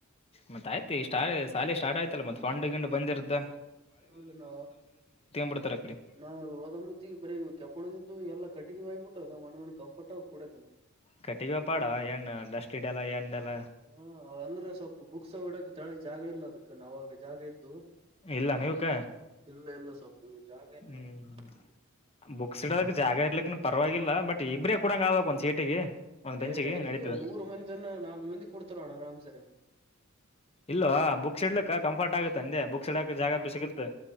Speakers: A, on the left; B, on the right.
A: ಮತ್ತತ್ ಆಯ್ತುಷ್ಟ್ಟ ಶಾಲಿ ಸ್ಟಾರ್ಟ ಆಯ್ತಲ್ಲ ಮತ್ತತ್ ಪಾಂಡಿ ಗಿಂಡ್ ಬಂದಿದ್ದ
B: ಹೌದ ನಾ
A: ಬಿಡ್ತಾರ ಆ ಕಡೆ
B: ನಾ ಹಓದಮ್ಮತಿ ಬರೀ ಕೆಬ್ಬಣದಿದ್ದು ಎಲ್ಲ ಕಟಿ ಆ್ಬಿಟ್ಟುಾಗ ಮ ಕಂಫರ್ಟ್ ಆ ಕೂಡ
A: ಕಟ್ಟಿಿಗೆ ಬ್ಯಾಪಾಡ ಏನ್ ಡಸ್ಟ್ ಇಡಲ್ಲ ಏನ್ಲ್ಲ
B: ಹ ಅಂದ್ರೆ ಸ್ವಲ್ಪ ಬುಕ್ಸ್ ಹಡಕ್ ತಳ ಜಾಗ ಇಲ್ಲ ಅದಕ್ ನಾವಾಗ ಜಾಗ ಇದ್ದು
A: ಇಲ್ಲ ನೀವ್ಕ
B: ಇಲ್ಲ ಇಲ್ಲ ಸ್ವಲ್ಪ ಜಾಗ ಎಲ್ಲ
A: ಹ್ಮ್
B: ಏನಿಲ್ಲ
A: ಹ್ಮ್ ಬುಕ್ಸ್ ಇಡೋದಕ್ಕೆ ಜಾಗ ಇರ್ಲಿಕ್ಕನು ಪರವಾಗಿಲ್ಲ ಬಟ್ ಇಬರೇ ಕೊಡಂಗಗೆ ಆಾಗ ಒಂದು ಸೀಟಿಗೆ ಒಂದ್ ಬೆಂಚಿಗೆ
B: ಏ ಇಲ್ಲಿ
A: ನಡೀತದ
B: ಮೂರು ಮಂದಿನ್ನ ನಾಲ್ಕು ಮಂದಿ ಕೊಡ್ತಾರೋಣ ಆರಾಮ್ಸರ
A: ಇಲ್ಲವಾ ಬುಕ್ ಶಡ್ಲಕ್ಕ ಫಾಟ್ ಆಗುತ್ತೆ ಅಂದೆ ಬುಕ್ಸ್ ಇಡಕ ಜಾಗ
B: ಹ
A: ಬಿ ಸಿಗುತ್ತೆ